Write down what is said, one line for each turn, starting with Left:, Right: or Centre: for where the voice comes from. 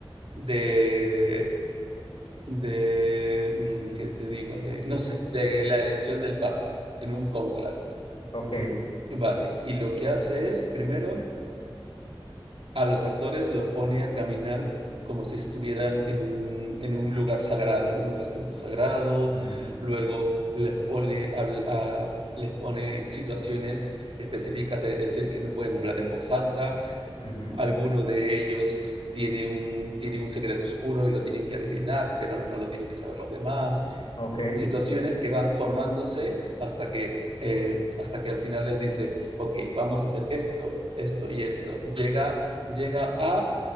Right: de de, mm, ¿qué te digo? De, no sé, de la elección del Papa en un cónclave.
Left: ok,
Right: Vale, y lo que hace es, primero, a los actores los pone a caminar como si estuvieran en, un- en un lugar sagrado, en un recinto sagrado,
Left: ujú,
Right: luego les pone, habl- a- les pone situaciones específicas de decir que no pueden hablar en voz alta,
Left: ujú,
Right: alguno de ellos tiene un, tiene un secreto oscuro y lo tienen que adivinar, pero no lo tienen que saber los demás,
Left: ok,
Right: situaciones que van formándose hasta que, eh, hasta que al final les dice, ok, vamos a hacer esto, esto y esto. Llega, llega a